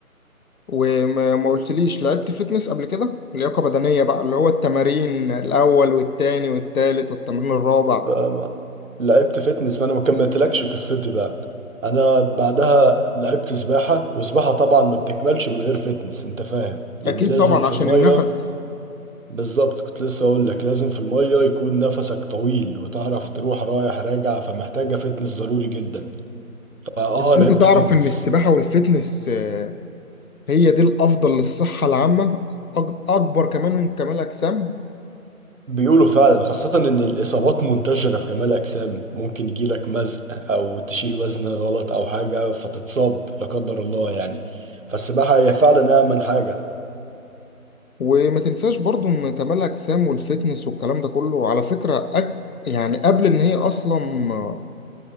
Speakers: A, on the left; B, on the right.
A: وما ما قلتليش لعبت فيتنس قبل كده لياقة بدنية بقى اللي هو التمارين الأول والتاني والتالت والتمرين الرابع
B: فما- لعبت فتنس فانا ما كملتلكش قصتي بقى انا بعدها لعبت سباحه وسباحه طبعا ما بتكملش من غير فتنس انت فاهم لان
A: اكيد
B: لازم
A: طبعا
B: في
A: عشان
B: الميه
A: النفس
B: بالظبط كنت لسه اقول لك لازم في المية يكون نفسك طويل وتعرف تروح رايح راجع فمحتاجة فتنس ضروري جدا فاه
A: بس
B: لعبت
A: انت تعرف
B: فتنس
A: ان السباحه والفتنس آه، هي دي الافضل للصحه العامه أك- اكبر كمان من كمال اجسام
B: بيقولوا فعلا خاصة ان الاصابات منتشرة في كمال اجسام ممكن يجيلك مزق او تشيل وزن غلط او حاجة فتتصاب لا قدر الله يعني فالسباحة هي فعلا امن حاجة
A: وما تنساش برضو ان كمال اجسام والفتنس والكلام ده كله على فكره أك... يعني قبل ان هي اصلا آه،